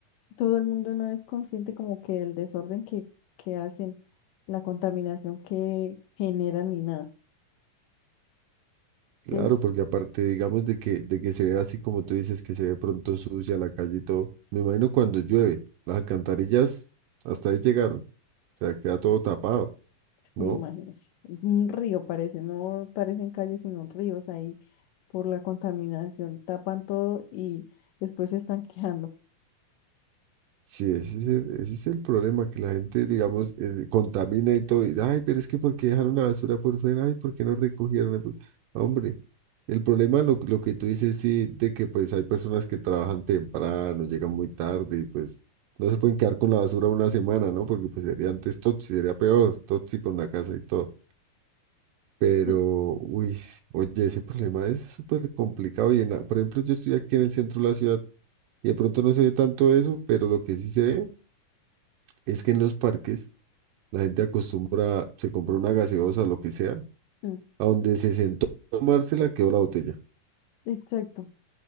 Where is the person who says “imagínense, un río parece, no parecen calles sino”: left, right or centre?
Left